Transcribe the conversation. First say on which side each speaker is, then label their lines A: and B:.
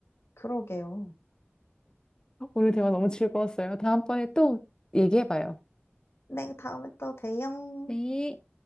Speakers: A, on the left; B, on the left.
A: 그러게요.
B: 오늘 대화 너무 즐거웠어요. 다음번에 또 얘기해봐요.
A: 네, 다음에 또 봬요.
B: 네.